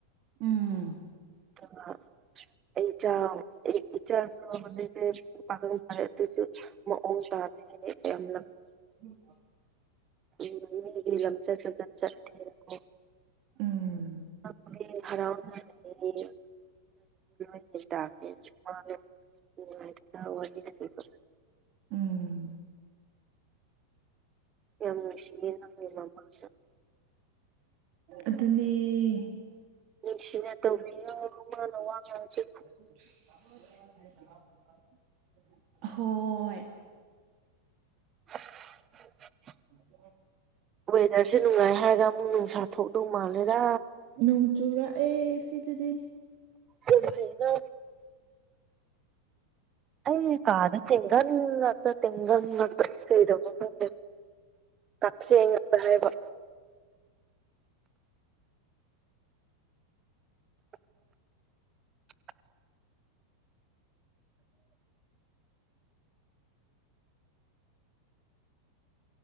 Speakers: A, on the right; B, on the right.
A: ꯎꯝ
B: ꯑꯗꯨꯒ ꯑꯩ ꯏꯆꯥꯎ ꯑꯩ ꯏꯆꯥꯁꯨ ꯍꯧꯖꯤꯛꯇꯤ ꯄꯥꯈꯪ ꯐꯥꯔꯦ ꯑꯗꯨꯁꯨ ꯃꯑꯣꯡ ꯇꯥꯗꯦ ꯍꯥꯏꯔꯦ ꯌꯥꯝ
A: ꯎꯝ
B: ꯎꯝ ꯃꯤꯒꯤ ꯂꯝꯆꯠ ꯁꯥꯖꯠ ꯆꯠꯇꯦꯕꯀꯣ
A: ꯎꯝ
B: ꯑꯗꯨꯅꯦ ꯍꯔꯥꯎꯅ ꯂꯩꯌꯦ <unintelligible> ꯅꯨꯡꯉꯥꯏꯗꯨꯅ ꯋꯥꯔꯤꯒ ꯂꯤꯕ
A: ꯎꯝ
B: ꯌꯥꯝ ꯅꯨꯡꯁꯤꯌꯦ ꯅꯪꯒꯤ ꯃꯃꯥꯁꯨ
A: ꯑꯗꯨꯅꯦ
B: ꯅꯨꯡꯁꯤꯅ ꯇꯧꯕꯤꯌꯣ ꯃꯥꯅ ꯋꯥ ꯉꯥꯡꯉꯁꯨ
A: <unintelligible> ꯑꯍꯣꯏ
B: <inaudible>
A: ꯑ
B: ꯋꯦꯗ꯭ꯔꯁꯦ ꯅꯨꯡꯉꯥꯏ ꯍꯥꯏꯔꯒ ꯑꯃꯨꯛ ꯅꯨꯡꯁꯥ ꯊꯣꯛꯇꯧ ꯃꯥꯜꯂꯦꯗꯥ
A: ꯅꯣꯡ ꯆꯨꯔꯥꯛꯑꯦ ꯁꯤꯗꯗꯤ
B: ꯌꯥꯝ ꯐꯩꯅ ꯑꯩꯒꯤ ꯀꯥꯗ ꯇꯦꯡꯒꯟ ꯉꯥꯛꯇ ꯇꯦꯡꯒꯜ ꯉꯥꯛꯇ ꯀꯩꯗꯧꯕꯅꯣ ꯈꯪꯗꯦ ꯀꯥꯛꯆꯦꯡ ꯉꯥꯛꯇ ꯍꯥꯏꯕ <inaudible> <inaudible>